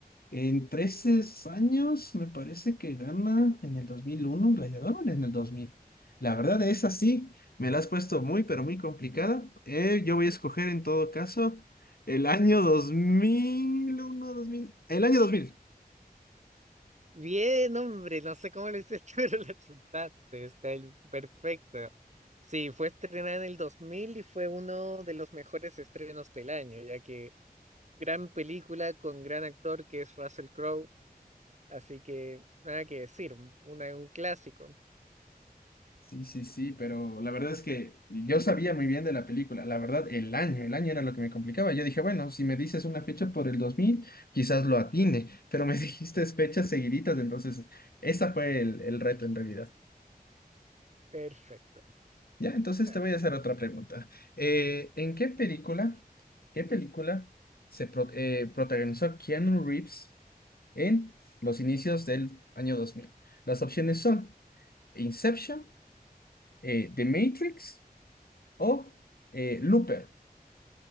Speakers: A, on the left (about 75°); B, on the right (about 45°).
A: En 13 años, me parece que gana en el 2001 un gladiador o en el 2000. La verdad es así, me la has puesto muy, pero muy complicada. Eh, yo voy a escoger en todo caso el año dos mil uno dos mil el año 2000.
B: Bien, hombre, no sé cómo lo hiciste, <laughs> pero la chuntaste, está el- perfecto. Sí, fue estrenada en el 2000 y fue uno de los mejores estrenos del año, ya que gran película con gran actor que es Russell Crowe, así que nada que decir, una, un clásico.
A: Sí, sí, sí, pero la verdad es que yo sabía muy bien de la película. La verdad, el año, el año era lo que me complicaba. Yo dije, bueno, si me dices una fecha por el 2000 quizás lo atine, pero me <laughs> dijiste fechas seguiditas, entonces esa fue el el reto en realidad.
B: Perfecto,
A: Ya, entonces
B: dale.
A: te voy a hacer otra pregunta. Eh, ¿en qué película, qué película se pro- eh, protagonizó Keanu Reeves en los inicios del año 2000? Las opciones son Inception, eh, The Matrix o eh, Looper.